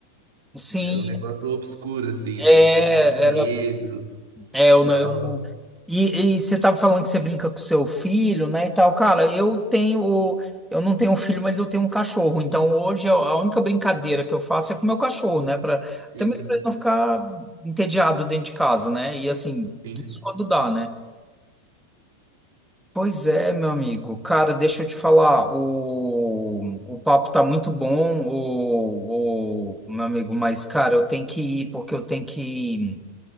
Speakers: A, in the centre; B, on the right.
A: sim,
B: era um negócio obscuro, assim,
A: é,
B: né? Que Todo mundo tinha medo
A: É,
B: e
A: eu,
B: tal.
A: não- eu, e, e você tava falando que você brinca com seu filho, né, e tal. Cara, eu tenho, eu não tenho um filho, mas eu tenho um cachorro. Então hoje a a única brincadeira que eu faço é com o meu cachorro, né, para
B: Sim,
A: também
B: sim,
A: para ele não ficar entediado dentro de casa, né? E assim,
B: sim,
A: isso
B: sim.
A: quando dá, né? Pois é, meu amigo. Cara, deixa eu te falar, o, o papo tá muito bom, o, o meu amigo, mas cara, eu tenho que ir porque eu tenho que